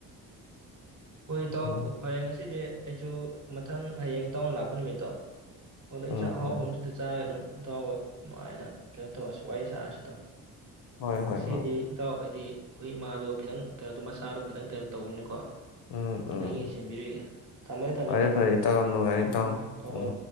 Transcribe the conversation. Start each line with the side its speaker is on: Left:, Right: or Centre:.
Right: ꯍꯣꯏ ꯏꯇꯥꯎ
Left: ꯎꯝ
Right: ꯐꯔꯦ ꯉꯁꯤꯗꯤ ꯑꯩꯁꯨ ꯃꯊꯪ ꯍꯌꯦꯡ ꯏꯇꯥꯎꯅ ꯂꯥꯛꯄ <unintelligible> ꯑꯗꯨꯗ
Left: ꯎꯝ
Right: ꯏꯟꯁꯥꯡ ꯑꯍꯥꯎꯕ
Left: ꯎꯝ
Right: ꯑꯃꯁꯤꯗ ꯆꯥꯔꯒ ꯑꯗꯨꯝ ꯏꯇꯥꯎꯒ ꯅꯨꯡꯉꯥꯏꯅ ꯀꯩꯅꯣ ꯇꯧꯔꯁꯦ ꯋꯥꯔꯤ ꯁꯥꯔꯁꯦ ꯏꯇꯥꯎ꯫
Left: ꯍꯣꯏ
Right: ꯉꯁꯤꯗꯤ
Left: ꯍꯣꯏ ꯍꯣꯏ
Right: ꯏꯇꯥꯎ ꯍꯥꯏꯗꯤ ꯑꯩꯈꯣꯏ ꯏꯃꯥꯗꯣ ꯈꯤꯇꯪ ꯀꯩꯅꯣꯗꯣ ꯃꯁꯥꯗꯣ ꯈꯤꯇꯪ ꯀꯩꯅꯣ ꯇꯧꯕꯅꯤꯅꯀꯣ
Left: ꯎꯝ ꯎꯝ
Right: ꯈꯤꯇꯪ ꯌꯦꯡꯁꯤꯟꯕꯤꯔꯨꯒꯦ ꯊꯝꯃꯒꯦ ꯊꯝꯃꯒ
Left: ꯐꯔꯦ ꯐꯔꯦ ꯏꯇꯥꯎ ꯌꯥꯝ ꯅꯨꯡꯉꯥꯏꯔꯦ ꯏꯇꯥꯎ
Right: ꯎꯝ ꯑꯣ
Left: ꯎꯝ